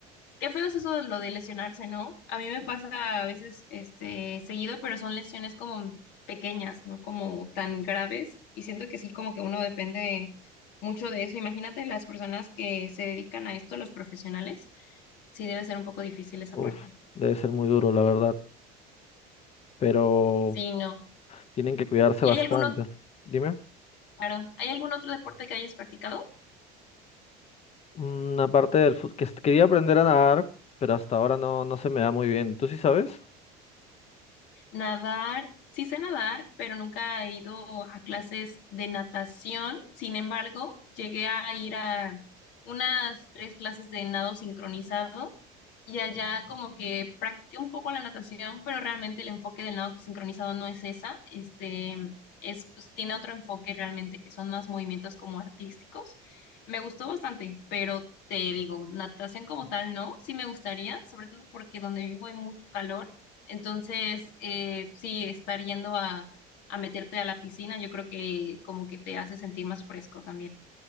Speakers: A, on the left; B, on the left.
A: Qué feo es eso de lo de lesionarse, ¿no? A mí me pasa a veces este seguido, pero son lesiones como pequeñas, no como tan graves y siento que sí como que uno depende mucho de eso. Imagínate las personas que se dedican a esto, los profesionales. Sí debe ser un poco difícil esa
B: Uf,
A: parte.
B: debe ser muy duro, la verdad. Pero
A: Sí, no.
B: tienen que cuidarse
A: ¿Y
B: bastante.
A: hay alguno
B: Dime.
A: Claro. ¿Hay algún otro deporte que hayas practicado?
B: Una parte del fútbol que quería aprender a nadar, pero hasta ahora no, no se me da muy bien. ¿Tú sí sabes?
A: Nadar, sí sé nadar, pero nunca he ido a clases de natación. Sin embargo, llegué a ir a unas tres clases de nado sincronizado y allá como que practiqué un poco la natación, pero realmente el enfoque del nado sincronizado no es esa. Este es, pues, tiene otro enfoque realmente que son más movimientos como artísticos. Me gustó bastante, pero te digo, natación como tal no, sí me gustaría, sobre todo porque donde vivo hay mucho calor entonces, eh, sí, estar yendo a, a meterte a la piscina, yo creo que como que te hace sentir más fresco también.